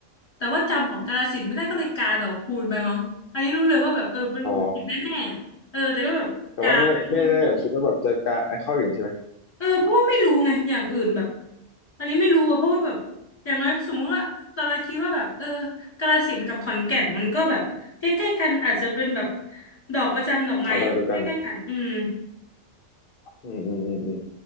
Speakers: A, on the left (about 20°); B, on the left (about 60°).
A: แต่ว่าจำของกาฬสินธุ์ไม่ได้ก็เลยกาดอกคูณไปมั้งอันนี้รู้เลยว่าแบบเออเป็นผิดแน่ๆอะเออแต่ก็แบบกาไปให้มันครบ
B: อ๋อ แต่ว่าไม่ไม่ได้แบบคิดว่าแบบจะกะไอ้ข้ออื่นใช่ไหม
A: เออเพราะว่าไม่รู้ไงอย่างอื่นแบบอันนี้ไม่รู้อะเพราะว่าแบบอย่างน้อยสมมุติว่าตอนแรกคิดว่าแบบเออกาฬสินธุ์กับขอนแก่นมันก็แบบใกล้ๆกันอาจจะเป็นแบบดอกประจำดอกไม้ใกล้ๆกันอืม
B: อ๋อดอกเดียวกันอืมอืมอืมอืม